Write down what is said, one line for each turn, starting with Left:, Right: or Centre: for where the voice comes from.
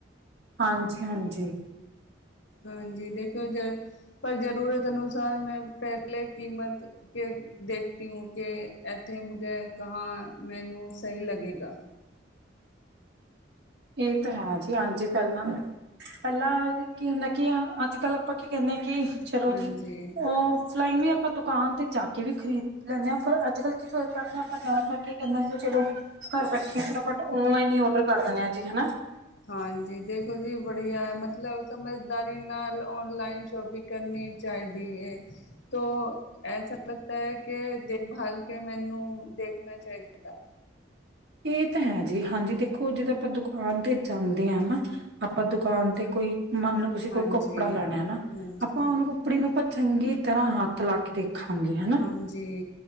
Right: ਹਾਂਜੀ ਹਾਂਜੀ
Left: ਹਾਂਜੀ ਦੇਖਿਓ ਜ ਪਰ ਜ਼ਰੂਰਤ ਅਨੁਸਾਰ ਮੈਂ ਪਹਿਲੇ ਕੀਮਤ ਕੇ ਦੇਖਤੀ ਹੂੰ ਕਿ ਇੱਥੇ ਮੁਝੇ ਕਹਾਂ ਮੈਨੂੰ ਸਹੀ ਲਗੇਗਾ
Right: ਇਹ ਤਾਂ ਹੈ ਜੀ ਹਾਂਜੀ ਪਹਿਲਾਂ ਪਹਿਲਾਂ ਕੀ ਹੁੰਦਾ ਕੀ ਅੱਜ ਕੱਲ ਆਪਾਂ ਕੀ ਕਹਿੰਦੇ ਹ ਕਿ ਚਲੋ
Left: ਹਾਂਜੀ
Right: ਜੀ ਉਹ <unintelligible> ਨੂੰ ਵੀ ਆਪਾਂ ਦੁਕਾਨ ਤੇ ਜਾ ਕੇ ਵੀ ਖਰੀਦ ਲੈਂਦੇ ਹਾਂ ਪਰ ਅੱਜ ਕੱਲ੍ਹ ਕੀ ਹੋੋ ਕਰਦੇ ਆਪਾਂ ਜਾਣ ਕਰਕੇ ਕਹਦੇ ਹਾਂ ਕਿ ਚਲੋ ਘਰ ਬੈਠੇ ਬਟ ਓਨਲਾਈਨ ਹੀ ਔਡਰ ਕਰ ਦਣੇ ਆ ਜੀ ਹਨਾ
Left: ਹਾਂਜੀ ਦੇਖੋ ਜੀ ਵਧੀਆ ਮਤਲਬ ਸਮਝਦਾਰੀ ਨਾਲ ਔਨਲਾਈਨ ਸ਼ੋਪਿੰਗ ਕਰਨੀ ਚਾਹੀਦੀ ਏ ਤ ਐਸਾ ਲੱਗਦਾ ਹੈ ਕਿ ਦੇਖਭਾਲ ਕੇ ਮੈਨੂੰ ਦੇਖਣਾ ਚਾਹੀਦਾ ਹੁੰਦਾ
Right: ਇਹ ਤਾਂ ਹੈ ਜੀ ਹਾਂਜੀ ਦੇਖੋ ਜਦੋਂ ਆਪਾਂ ਦੁਕਾਨ ਤੇ ਜਾਂਦੇ ਹਾਂ ਨਾ ਆਪਾਂ ਦੁਕਾਨ ਤੇ ਕੋਈ ਮੰਨ ਲਓ ਤੁਸੀਂ
Left: ਹਾਂਜੀ
Right: ਕੋਈ ਕੱਪੜਾ ਲੈਣਾ ਹਨਾ
Left: ਹਾਂਜੀ
Right: ਆਪਾਂ ਉਹਨੂੰ ਕੱਪੜੇ ਨੂੰ ਆਪਾਂ ਚੰਗੀ ਤਰ੍ਹਾਂ ਹੱਥ ਲਾ ਕੇ ਦੇਖਾਂਗੇ ਹਨਾ
Left: ਹਾਂਜੀ